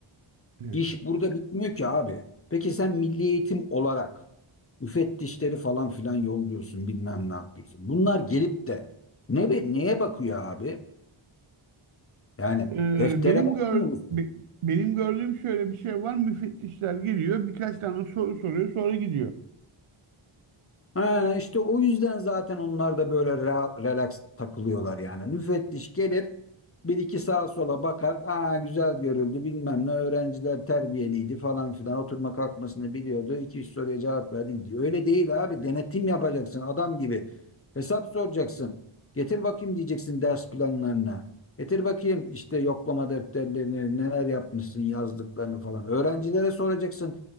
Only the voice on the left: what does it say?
İş burada bitmiyor ki abi. Peki sen milli eğitim olarak müfettişleri falan filan yolluyorsun bilmem ne yapıyorsun. Bunlar gelip de ne be- neye bakıyor abi? Yani
deftere
bakmıyor
musun?
Ha, işte o yüzden zaten onlar da böyle ra- relax takılıyorlar yani. Müfettiş gelir bir iki sağa sola bakar. Aa güzel görüldü bilmem ne öğrenciler terbiyeliydi falan filan oturma kalkmasını biliyordu. İki üç soruya cevap verdi gidiyor. Öyle değil abi denetim yapacaksın adam gibi. Hesap soracaksın. Getir bakayım diyeceksin ders planlarına. Getir bakayım işte yoklama defterlerini neler yapmışsın yazdıklarını falan. Öğrencilere soracaksın.